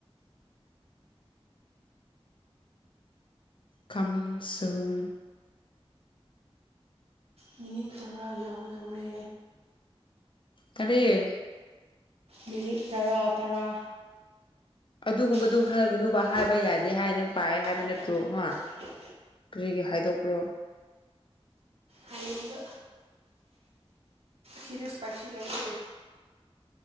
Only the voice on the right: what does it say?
ꯃꯤꯅꯤꯠ ꯇꯔꯥ ꯌꯥꯎꯒꯗꯧꯔꯦ
ꯃꯤꯅꯤꯠ ꯇꯔꯥ ꯇꯔꯥ
ꯑꯗꯨꯒꯨꯝꯕꯗꯨꯕ
ꯈꯔ ꯍꯥꯏꯕ
ꯌꯥꯗꯦ
ꯍꯥꯏꯅ <unintelligible>
ꯍꯥꯏꯕ
ꯅꯠꯇ꯭ꯔꯦ ꯑꯃ
ꯍꯥꯏꯅꯤꯡꯕ ꯁꯤꯗ ꯁꯄꯥꯏꯁꯤ ꯂꯩꯔꯦ